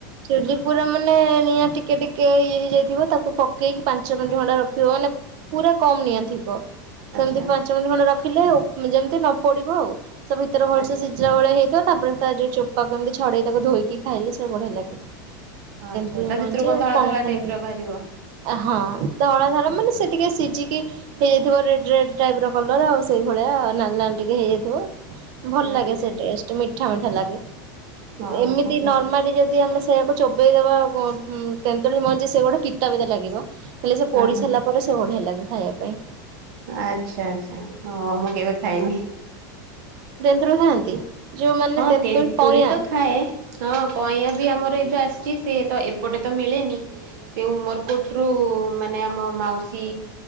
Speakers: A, on the right; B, on the right.
A: ଚୁଲି ପୁରା ମାନେ ନିହାତିେ ଟିକେ ଟିକେ ଇଏ ହେଇଯାଇଥିବ ତାକୁ ପକେଇକି ପାଞ୍ଚ ମିନିଟ୍ ଖଣ୍ଡା ରଖିବ ମାନେ ପୁରା କମ ନିଆଁ ଥିବ
B: ଆଚ୍ଛା
A: ସେମିତି ପାଞ୍ଚ ମିନିଟ ଖଣ୍ଡେ ରଖିଲେ ଯେମିତି ନ ପଡିବ ଆଉ ସେ ଭିତରେ ହଲସେ
B: ଆଚ୍ଛା
A: ସିଝା ଭଳିଆ ହେଇଥିବ ତାପରେ ତା ଯୋଉ ଚୋପା କେମିତି ଛଡେଇ ତାକୁ ଧୋଇକି ଖାଇଲେ ସେ ବଢିଆ ଲାଗେ
B: ଆଚ୍ଛା
A: େୁୁଛି
B: ତା ଭିତରୁ କଣ ଧଳା
A: ପଣସ
B: ଧଳା ଟାଇପ ର ବାହାରିବ।
A: ହଁ ଧଳା ଧର ମାନେ ସେ ଟିକେ ସିଝିକି ହେଇଯାଇଥିବ ରେଡ ରେଡ୍ ଟାଇପ ର କଲର ଆଉ ସେଇ ଭଳିଆ ନାଲି ନାଲି ଟିକେ ହେଇଯାଇଥିବ ଭଲ ଲାଗେ
B: ଆଚ୍ଛା
A: ସେ ଟେଷ୍ଟ ମିଠା ମିଠା ଲାଗେ
B: ହଁ
A: ଏମିତି
B: ହଁ ହଁ
A: ନର୍ମାଲି ଯଦି ଆମେ ସେକୁ ଚୋବେେଇଦବା ତେନ୍ତୁଳି ମଞ୍ଜି ସେ ଗୋଟେ ପିତା ପିତା ଲାଗିବ ହେଲେ ସେ ପଢି
B: ହଁ ହଁ
A: ସାରିଲା ପରେ ସେ ବଢିଆ ଲାଗେ ଖାଇବା ପାଇଁ
B: ଆଚ୍ଛା ଆଚ୍ଛା, ହଁ ମୁଁ କେବେ ଖାଇନି।
A: <inaudible> ରେ ଖାନ୍ତି? ଯୋଉମାନେ
B: ହଁ
A: ତେନ୍ତୁଳ୍
B: ତେନ୍ତୁଳି
A: ପାଣିଆ।
B: ତ ଖାଏ, ହଁ କଇଁୟା ବି ଆମର ଏବେ ଆସିଛି। ସେ ତ ଏପଟେ ତ ମିଳେନି, ସେ ଉମରକୋଟରୁ ମାନେ ଆମ ମାଉସୀ